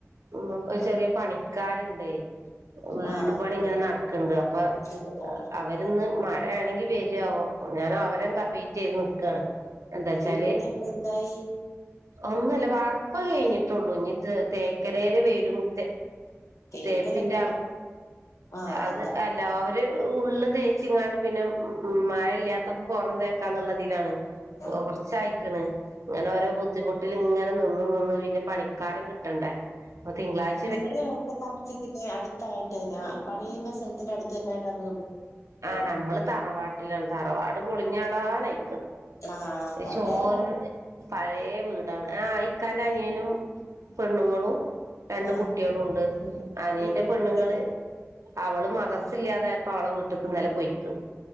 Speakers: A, on the right; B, on the left.
A: ഉം പ്പ
B: ടെ
A: ചെറിയ പണിക്കാരണ്ടെ വീടുപണി
B: ആഹ്
A: ഇങ്ങനെ നടക്കണ്ട് അപ്പ
B: ഓഹ് ഓഹ്
A: അവരിന്ന് മഴയാണെങ്കി വരൊ ആവോ ഞാനവരേം ക വെയിറ്റ് ചെയ്ത് നിക്കാണ് എന്താച്ചാല്
B: ഇടിപണിയൊക്കെ എന്തായി
A: ഒന്നുല്ല വാർപ്പ് കഴിഞ്ഞിട്ടൊള്ളൂ ഇനി തേ തേക്കലേര് വരും തേ
B: തേക്കലൊക്കെ
A: തേപ്പിന്റെ ആള്
B: ആഹ്
A: അത്
B: അതാണ്
A: എല്ലാവരും ഉള്ള് തേച്ചിങ്ങാണ്ട് പിന്നെ മഴ ഇല്ലാത്തപ്പം പുറം തേക്കാന്നുള്ളത് ദിലാണ്
B: ആഹ്
A: കുറച്ചായിക്കിണ് ഇങ്ങനെ ഓരോ ബുദ്ധിമുട്ടില് ഇങ്ങനെ നിന്ന് നിന്ന് പിന്നെ പണിക്കാരിം കിട്ടണ്ടേ തിങ്കളാഴ്
B: അല്ല ഇവിടെ താമസിക്കുന്ന അടുത്തായിട്ട് തന്നെ പണിയുന്ന സ്ഥലത്തിന്റെ അടുത്ത് തന്നൊയിട്ട തമ
A: ആഹ് നമ്മള് തറവാട്ടിലാണ് തറവാട് പൊളിഞ്ഞാടാനായി
B: ആഹ് ത
A: ചോർന്ന്
B: വേറെ ആര്
A: പയേ ആ ഇക്കാന്റെ അനിയനും പെണ്ണുങ്ങളും രണ്ട്
B: ആഹ്
A: കുട്ടികളും ഉണ്ട് അനിയന്റെ
B: നിങ്ങളെ
A: പെണ്ണുങ്ങള്
B: കൂടെ തന്നെയുണ്ട്
A: അവള് മദർസില്ലാതായപ്പോ അവളെ വീട്ട്ക്ക് ഇന്നല പൊയ്ക്കിണ്